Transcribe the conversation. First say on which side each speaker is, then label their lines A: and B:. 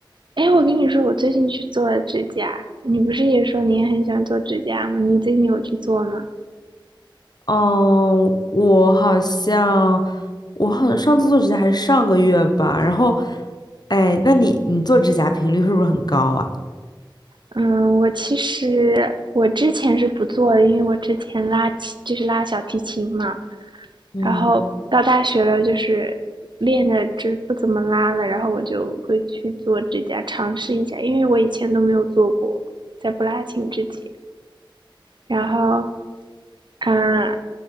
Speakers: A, on the right; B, on the left.
A: 哎，我跟你说，我最近去做了指甲。你不是也说你也很喜欢做指甲吗？你最近有去做吗？
B: 嗯，我好像我好像上次做指甲还是上个月吧，然后，哎，那你你做指甲频率是不是很高啊？
A: 嗯，我其实我之前是不做的，因为我之前拉琴就是拉小提琴嘛，
B: 嗯
A: 然后到大学了就是练的就是不怎么拉了，然后我就会去做指甲尝试一下，因为我以前都没有做过，在不拉琴之前。然后，嗯，